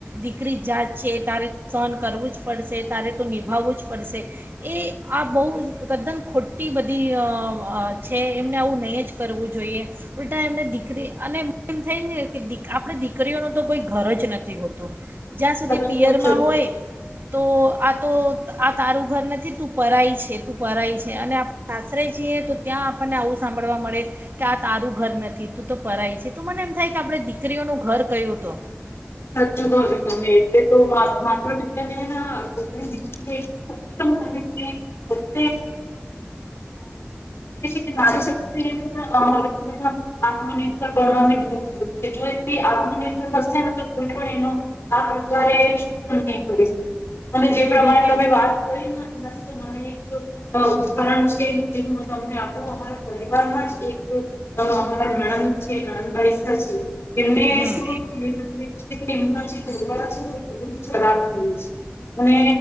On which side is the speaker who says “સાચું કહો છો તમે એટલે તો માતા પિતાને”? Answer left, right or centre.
Left